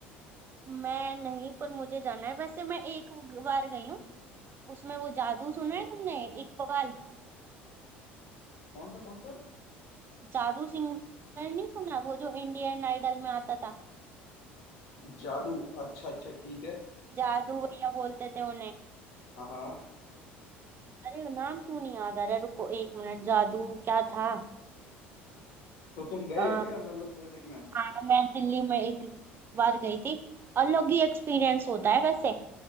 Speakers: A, on the right; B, on the left.
A: मैं नहीं पर मुझे जाना है वैसे मैं एक बार गई हूँ उसमें वो जादू
B: अच्छा
A: सुना है तुमने इकबाल
B: कौन सा कौन सा
A: जादू सिंगर नहीं सुना वो जो इंडियन आइडल में आता था
B: जादू अच्छा अच्छा ठीक है
A: जादू भैया बोलते थे उन्हें
B: हाँ हाँ।
A: अरे नाम क्यों नहीं याद आ रहा रुको एक मिनट जादू क्या था
B: तो तुम गए
A: आ,
B: हो क्या मतलब म्यूजिक में
A: हाँ मैं दिल्ली में एक बार गई थी अलग ही एक्सपीरियंस
B: अच्छा
A: होता है वैसे